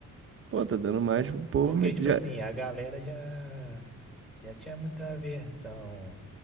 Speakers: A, on the right (about 40°); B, in the centre.
A: Pô, tá dando mais pro povo.
B: Porque,
A: mas
B: tipo
A: Já,
B: assim, a galera já, já tinha muita aversão